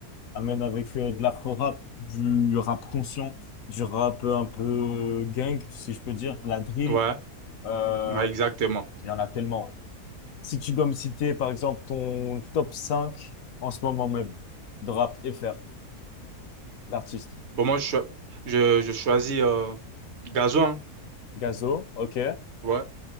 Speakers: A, on the left (about 60°); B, on the right (about 45°).
A: Ah, même avec euh, de l'afro-rap, du rap conscient, du rap euh, un peu gang, si je peux dire, la drill,
B: Ouais,
A: euh,
B: ouais, exactement.
A: il y en a tellement. Si tu dois me citer, par exemple, ton top 5 en ce moment même de rap FR, l'artiste.
B: Bon, moi, je, cho- je, je choisis euh, Gazo, hein.
A: Gazo, ok,
B: Ouais.